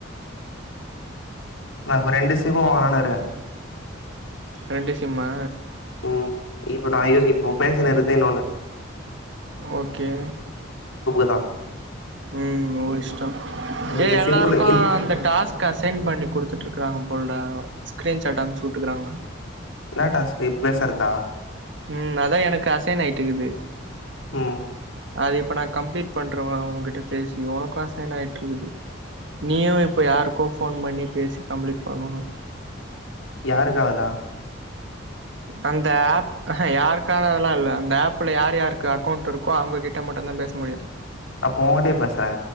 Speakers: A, on the left (about 80°); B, on the right (about 65°).
A: நான் இப்ப ரெண்டு சிம் வாங்கலான்னுருக்கே
B: ரெண்டு சிம்மா
A: ம் இப்ப நான் யோசி இப்போ பேசினுருக்கது இன்னொன்னு
B: ஓகே
A: அ
B: ம் ஓ இஷ்டம்
A: இந்த
B: ஏ எல்லாருக்கும்
A: சிம்முல இல்
B: அந்த டாஸ்க் அஸ் செண்ட் பண்ணி கொடுத்துட்டுருக்கறாங்க போல்டா ஸ்க்ரீன்ஷாட் அனுப்ச்சு விட்டுக்கறாங்க
A: என்ன டாஸ்க் இப்ப பேசறதா
B: ம் அதான் எனக்கு அசைன் ஆயிட்டுக்குது
A: ம்
B: அது இப்ப நான் கம்ப்ளீட் பண்றவன் உன்கிட்ட பேசி உனக்கு ஆசைன்ன ஆயிட்டு இருக்குது நீயும் இப்ப யாருக்கோ போன் பண்ணி பேசி கம்ப்ளீட் பண்ணணும்
A: யாருக்காவதா
B: அந்த ஆப் யாருக்கானதெல்லாம் இல்ல அந்த ஆப்ல யார் யாருக்கு அக்கௌண்டட் இருக்கோ அவங்க கிட்ட மட்டம்தான் பேச முடியும்
A: அப்ப ஓன்கிட்டயே பேசுறே